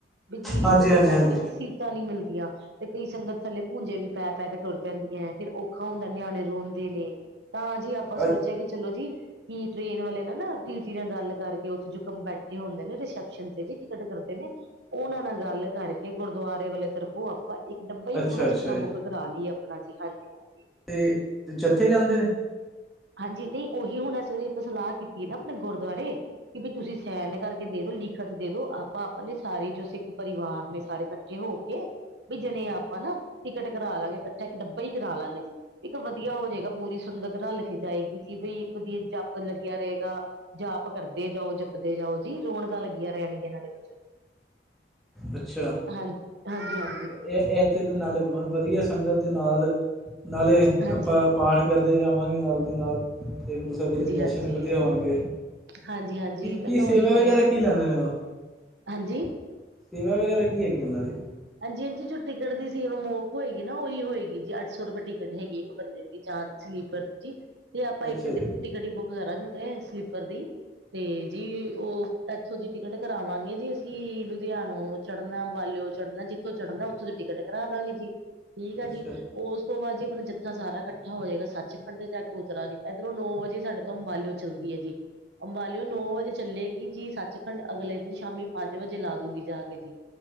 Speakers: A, on the right (about 85°); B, in the centre.
A: ਬੀ ਜੀ
B: ਹਾਂਜੀ
A: ਉਹਦੇ
B: ਹਾਂਜੀ
A: ਕਰਕੇ
B: ਹਾਂਜੀ
A: ਨਾ ਸੀ ਟਾਂ ਨੀ ਮਿਲਦੀਆਂ। ਤੇ ਕਈ ਸੰਗਤ ਥੱਲੇ ਭੂੰਜੇ ਵੀ ਪੈ-ਪੈ ਕੇ ਤੁਰ ਪੈਂਦੀਐ। ਫਿਰ ਔਖਾ ਹੁੰਦਾ ਨਿਆਣੇ ਰੋਂਦੇ ਨੇ, ਤਾਂ ਜੀ ਆਪਾਂ ਸੋਚਿਆ
B: ਅ
A: ਕਿ ਚਲੋ ਜੀ ਕਿ ਟ੍ਰੇਨ ਵਾਲੇ ਨਾ-ਨਾ ਟੀਟੀ ਨਾਲ ਗੱਲ ਕਰਕੇ, ਉੱਥੇ ਜੋ ਕਮ ਬੈਠੇ ਹੁੰਦੇ ਨੇ ਰਿਸੈਪਸ਼ਨ ਤੇ ਜੀ ਟਿਕਟ ਕਰਦੇ ਨੇ ਉਹਨਾਂ ਨਾਲ ਗੱਲ ਕਰਕੇ ਗੁਰਦੁਆਰੇ ਵਾਲੇ ਤਰਫੋਂ ਆਪ ਪਾਂ ਇੱਕ ਡੱਬਾ ਈ
B: ਅੱਛਾ
A: ਕਿਉਂ ਨਾ
B: ਅੱਛਾ
A: ਜਿੱਥਾ
B: ਜੀ
A: ਬੁੱਕ ਕਰਾ ਲਈਏ ਆਪਣਾ ਜੀ ਹਾਂਜੀ-ਹਾਂਜੀ।
B: ਤੇ ਜ ਜਥੇ ਜਾਂਦੇ ਨੇ?
A: ਹਾਂਜੀ, ਨਹੀਂ ਉਹੀ ਹੁਨ ਇਸ ਵਾਰੀ ਆਪਾਂ ਸਲਾਹ ਕੀਤੀ ਐ ਨਾ ਆਪਣੇ ਗੁਰਦੁਆਰੇ ਕਿ ਬੀ ਤੁਸੀਂ ਸੈਨ ਕਰਕੇ ਦੇ ਦੋ, ਲਿਖਤ ਦੇ ਦੋ, ਆਪਾਂ ਆਪਨੇ ਸਾਰੇ ਜੋ ਸਿੱਖ ਪਰਿਵਾਰ ਨੇ ਸਾਰੇ ਇਕੱਠ ਠੇ ਹੋ ਕੇ, ਬੀ ਜਣੇ ਆਪਾਂ ਨਾ, ਟਿਕਟ ਕਰਾਲਾਂਗੇ ਕਠ ਠਾ ਇੱਕ ਡੱਬਾ ਈ ਕਰਾ ਲਾਂਗੇ ਜੀ। ਇੱਕ ਵਧੀਆ ਹੋ ਜਾਏਗਾ ਪੂਰੀ ਸੰਗਤ ਰਲ ਕੇ ਜਾਏਗੀ ਜੀ, ਬਈ ਵਧੀਆ ਜਪ ਲੱਗਿਆ ਰੇਗਾ। ਜਾਪ ਕਰਦੇ ਜਾਓ, ਜਪਦੇ ਜਾਓ ਜੀ ਰੋਣਕਾਂ ਲੱਗੀਆਂ ਰੇਣਗੀਆਂ ਨਾਲੇ ਕੁਛ
B: ਅੱਛਾ।
A: ਹਾਂਜ, ਹਾਂਜੀ ਹਾਂ।
B: ਇ ਇਹ ਇਥੇ ਦੇ ਨਾਲੇ ਵਧੀਆ ਸੰਗਤ ਦੇ ਨਾਲ, ਨਾਲੇ
A: ਹਾਂਜੀ ਹਾਂਜੀ
B: ਆਪਾਂ ਪਾਠ ਕਰਦੇ ਜਾਵਾਂਗੇ ਨਾਲ ਦੀ ਨਾਲ, ਤੇ ਗੁਰੂ ਸਾਹਿਬ ਜੀ ਦੇ ਦਰਸ਼ਨ
A: ਹਾਂਜੀ
B: ਵੀ ਵਧੀਆ ਹੋਨਗੇ।
A: ਹਾਂਜੀ ਹਾਂਜੀ
B: ਕੀ-ਕੀ
A: ਮੈਂ ਤਾਂ ਉਹੀ
B: ਸੇਵਾ
A: ਕਵਾਂ
B: ਵਗੈਰਾ
A: ਕਿ ਮੈਂ
B: ਕੀ ਲੈਂਦੇ
A: ਪੁ-
B: ਨੇ ਉਹ ਸੇਵਾ
A: ਹਾਂਜੀ
B: ਵਗੈਰਾ ਕੀ ਹੈਗੀ ਉਹਨਾਂ ਦੀ?
A: ਹਾਂਜੀ-ਹਾਂਜੀ ਜੋ ਟਿਕਟ ਦੀ ਸੀਮ ਮੌਕ ਹੋਏਗੀ ਨਾ, ਉਹੀ ਹੋਏਗੀ ਜੀ ਅੱਠ ਸੌ ਰੁਪਏ ਟਿਕਟ ਹੈਗੀ। ਬੰਦੇ ਦੀ ਜਾਨ ਸਲੀਕਰ ਜੀ ਤੇ ਆਪਾਂ ਇੱਕ
B: ਅੱਛਾ ਜੀ
A: ਟੀ ਟਿਕਟ ਈ ਬੁੱਕ ਕਰਾਂਗੇ ਸਲੀਪਰ ਦੀ, ਤੇ ਜੀ ਉਹ ਇੱਥੋਂ ਜੀ ਟਿਕਟ ਕਰਾਵਾਂਗੇ ਜੀ ਅਸੀਂ, ਲੁਧਿਆਨੋ ਚੜ੍ਹਨਾ ਅਮਬਾਲਿਓ ਚੜ੍ਹਨਾ ਜਿੱਥੋਂ ਚੜ੍ਹਨਾ ਉੱਥੋਂ ਦੀ ਟਿਕਟ ਕਰਾ ਦਾਂਗੇ ਜੀ, ਠੀਕ ਆ
B: ਅੱਛਾ
A: ਜੀ। ਓਸ ਤੋਂ ਬਾਅਦ ਜੀ ਆਪਨਾ ਜੱਥਾ ਸਾਰਾ ਇਕੱਠਾ ਹੋਏਗਾ ਸੱਚਖੰਡ ਜਾ ਕੇ ਉਤਰਾਂਗੇ, ਇੱਧਰੋਂ ਨੌ ਵਜੇ ਸਾਡ ਅੰਮਬਾਲਿਓ ਚੱਲਦੀ ਐ ਜੀ। ਅੰਮਬਾਲੀਓ ਨੌ ਵਜੇ ਚੱਲੇਗੀ ਜੀ ਸੱਚਖੰਡ ਅਗਲੇ ਦਿਨ ਸ਼ਾਮੀ ਪੰਜ ਵਜੇ ਲਾ ਦੂਗੀ ਜਾ ਕੇ ਜੀ।